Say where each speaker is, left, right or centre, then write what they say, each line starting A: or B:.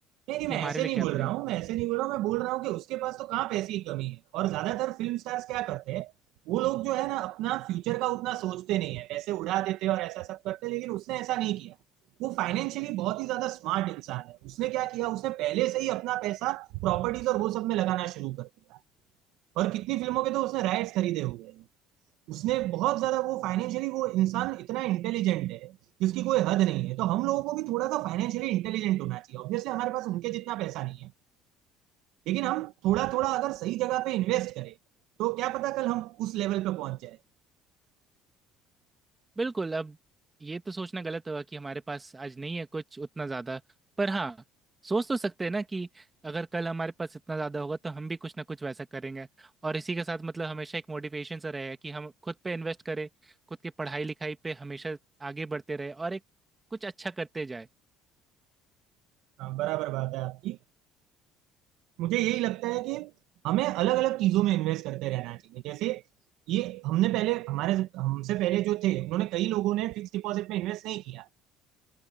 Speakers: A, on the right; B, on the right.
A: नहीं नहीं
B: कि
A: मैं
B: हमारे
A: ऐसे
B: लिए
A: नहीं
B: क्या
A: बोल
B: बने
A: रहा
B: हो
A: हूँ मैं ऐसे नहीं बोल रहा हूँ मैं बोल रहा हूँ कि उसके पास तो कहाँ पैसे की कमी है और ज्यादातर फिल्म स्टार्स क्या करते हैं वो लोग जो है ना अपना फ्यूचर का उतना सोचते नहीं है पैसे उड़ा देते हैं और ऐसा सब करते हैं लेकिन उसने ऐसा नहीं किया वो फाइनेंशियली बहुत ही ज्यादा स्मार्ट इंसान है उसने क्या किया उसने पहले से ही अपना पैसा प्रॉपर्टीज और वो सब में लगाना शुरू कर दिया और कितनी फिल्मों के तो उसने राइट्स खरीदे हुए हैं उसने बहुत ज्यादा वो फाइनेंशियली वो इंसान इतना इंटेलिजेंट है जिसकी कोई हद नहीं है तो हम लोगों को भी थोड़ा सा फाइनेंशियली इंटेलिजेंट होना चाहिए ऑब्वियसली हमारे पास उनके जितना पैसा नहीं है लेकिन हम थोड़ा थोड़ा अगर सही जगह पे इन्वेस्ट करें तो क्या पता कल हम उस लेवल पे पहुंच जाए
B: बिल्कुल अब ये तो सोचना गलत हुआ कि हमारे पास आज नहीं है कुछ उतना ज़्यादा पर हाँ सोच तो सकते हैं ना कि अगर कल हमारे पास इतना ज़्यादा होगा तो हम भी कुछ ना कुछ वैसा करेंगे और इसी के साथ मतलब हमेशा एक मोटिवेशन सा रहेगा कि हम खुद पे इन्वेस्ट करें खुद की पढ़ाई लिखाई पे हमेशा आगे बढ़ते रहे और एक कुछ अच्छा करते जाए
A: हाँ बराबर बात है आपकी मुझे यही लगता है कि हमें अलग अलग चीजों में इन्वेस्ट करते रहना चाहिए जैसे ये हमने पहले हमारे हमसे पहले जो थे उन्होंने कई लोगों ने फिक्स डिपॉजिट में इन्वेस्ट नहीं किया